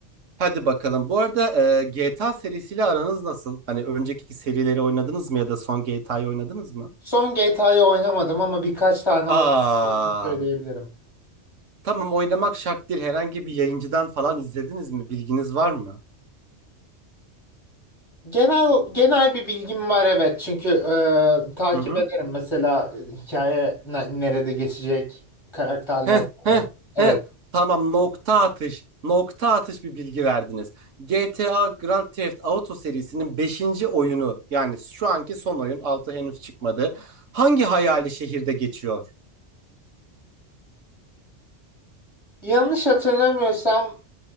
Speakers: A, on the right; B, on the left.
A: Hadi bakalım. Bu arada e, GTA serisiyle aranız nasıl? Hani önceki serileri oynadınız mı ya da son GTA'yı oynadınız mı?
B: Son GTA'yı oynamadım ama birkaç tane oynadığımı
A: Aa,
B: söyleyebilirim.
A: tamam oynamak şart değil. Herhangi bir yayıncıdan falan izlediniz mi? Bilginiz var mı?
B: Genel genel bir bilgim var evet. Çünkü e, takip
A: Hı hı.
B: ederim mesela e, hikaye ne- nerede geçecek, karakterler
A: Heh,
B: falan.
A: heh,
B: Evet.
A: heh. Tamam nokta atış. Nokta atış bir bilgi verdiniz. GTA Grand Theft Auto serisinin beşinci oyunu yani şu anki son oyun 6 henüz çıkmadı. Hangi hayali şehirde geçiyor?
B: Yanlış hatırlamıyorsam